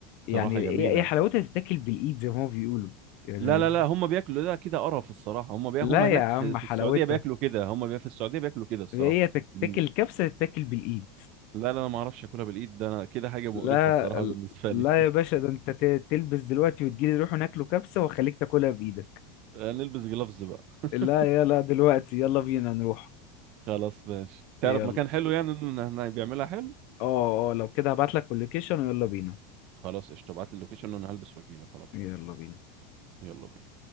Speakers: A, on the right (about 45°); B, on the left (about 50°).
A: صراحه
B: يعني ايه
A: جميله
B: إيه حلاوتها تتاكل بالايد زي ما هو بيقولوا يعني
A: لا لا لا هم بياكلوا ده كده قرف الصراحه هم بي...
B: لا
A: هم هناك
B: يا عم
A: في... في
B: حلاوتها
A: السعوديه بياكلوا كده هم بي... في السعوديه بياكلوا كده الصراحه
B: هي تتاكل
A: إن-
B: كبسه تتاكل بالايد
A: لا لا انا ما اعرفش اكلها بالايد ده انا كده حاجه مقرفه
B: لا
A: الصراحه بالنسبه
B: لا
A: لي
B: يا باشا ده انت ت- تلبس دلوقتي وتجيلي نروح ناكله كبسه واخليك تاكلها بايدك
A: <laughs> نلبس جلافز بقى <laughs>
B: لا يلا دلوقتي يلا بينا نروح
A: خلاص ماشي تعرف
B: يلا
A: مكان حلو يعني إن- إن- إن بيعملها حلو
B: اه اه لو كده هبعتلك اللوكيشن ويلا بينا
A: خلاص قشطة ابعت لي اللوكيشن وانا هلبس واجيلك على طول
B: يلا بينا
A: يلا بينا